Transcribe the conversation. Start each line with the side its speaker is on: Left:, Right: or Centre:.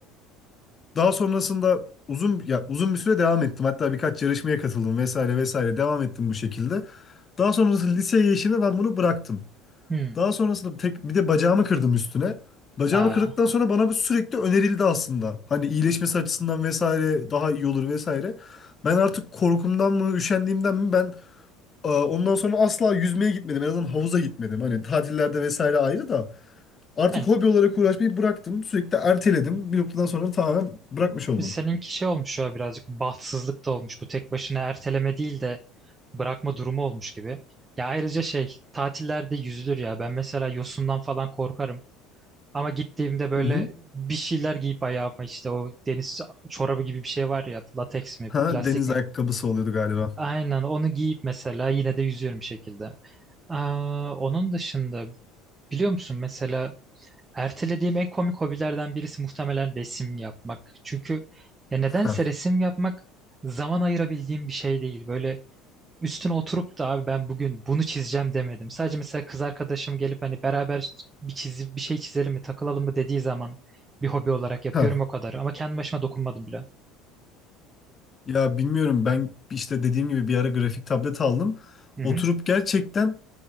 Left: Daha sonrasında uzun ya uzun bir süre devam ettim. Hatta birkaç yarışmaya katıldım vesaire vesaire devam ettim bu şekilde. Daha sonrasında liseye geçtiğimde ben bunu bıraktım.
Right: Hı.
Left: Daha sonrasında tek bir de bacağımı kırdım üstüne. Bacağımı
Right: Aa,
Left: kırdıktan sonra bana bu sürekli önerildi aslında. Hani iyileşmesi açısından vesaire daha iyi olur vesaire. Ben artık korkumdan mı, üşendiğimden mi ben e, ondan sonra asla yüzmeye gitmedim. En azından havuza gitmedim. Hani tatillerde vesaire ayrı da artık
Right: yani
Left: hobi olarak uğraşmayı bıraktım. Sürekli erteledim. Bir noktadan sonra tamamen bırakmış oldum.
Right: Seninki şey olmuş ya birazcık bahtsızlık da olmuş. Bu tek başına erteleme değil de bırakma durumu olmuş gibi. Ya ayrıca şey tatillerde yüzülür ya. Ben mesela yosundan falan korkarım. Ama gittiğimde böyle
Left: Hı hı.
Right: bir şeyler giyip ayağıma işte o deniz çorabı gibi bir şey var ya lateks mi
Left: Ha
Right: plastik
Left: deniz
Right: mi?
Left: ayakkabısı oluyordu galiba.
Right: Aynen onu giyip mesela yine de yüzüyorum bir şekilde. Aa, onun dışında biliyor musun mesela Ertelediğim en komik hobilerden birisi muhtemelen resim yapmak. Çünkü ya nedense
Left: Ha,
Right: resim yapmak zaman ayırabildiğim bir şey değil. Böyle üstüne oturup da abi ben bugün bunu çizeceğim demedim. Sadece mesela kız arkadaşım gelip hani beraber bir çizip bir şey çizelim mi, takılalım mı dediği zaman bir hobi olarak yapıyorum
Left: ha.
Right: o kadar. Ama kendi başıma dokunmadım bile.
Left: Ya bilmiyorum ben işte dediğim gibi bir ara grafik tablet aldım.
Right: Hı hı.
Left: Oturup gerçekten